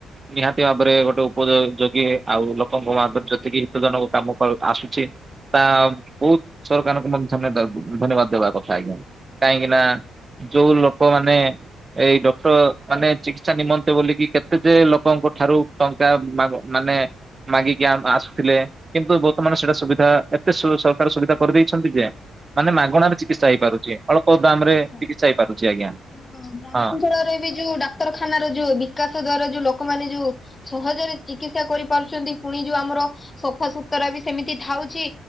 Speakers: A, on the right; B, on the left.
A: ନିହାତି ଭାବରେ ଗୋଟେ ଉପଯୋ ଯୋଗୀ ଆଉ ଲୋକଙ୍କ <unintelligible> ଯେତିକି ହିତ ଜନକ କାମ ପର ଆସୁଛି ତା ବହୁତ୍ ସରକାରଙ୍କୁ ମଧ୍ୟ <unintelligible> ଦେବାକୁ ଧନ୍ୟବାଦ। ଦବା କଥା ଆଜ୍ଞା କାଇଁକିନା ଯୋଉ ଲୋକମାନେ ଏଇ ଡକ୍ଟର୍ ମାନେ ଚିକିତ୍ସା ନିମନ୍ତେ ବୋଲିକି କେତେ ଯେ ଲୋକଙ୍କଠୁ ଠାରୁ ଟଙ୍କା ମାଗ୍ ମାନେ ମାଗିକି ଆମ୍ ଆସୁଥିଲେ କିନ୍ତୁ ବର୍ତ୍ତମାନ ସେଇଟା ସୁବିଧା ଏତେ ସୁ ସରକାର ସୁବିଧା କରିଦେଇଛନ୍ତି ପେମ୍ ମାନେ ମାଗଣାରେ ଚିକିତ୍ସା ହେଇପାରୁଚେ ଅଳ୍ପ ଦାମ ରେ
B: <inaudible>
A: ଚିକିତ୍ସା ହେଇପାରୁଛି ଆଜ୍ଞା
B: ଅଞ୍ଚଳରେ
A: ହଁ
B: ବି ଯୋଉ ଡାକ୍ତରଖାନାର ଯୋଉ ବିକାଶ ଦ୍ଵାରା ଯୋଉ ଲୋକ ଲୋକ ମାନେ ଯୋଉ ସହଜରେ ଚିକିତ୍ସା କରିପାରୁଛନ୍ତି ପୁଣି ଯୋଉ ଆମର ସଫାସତୁରା ବି ସେମିତି ଥାଉ। ଛି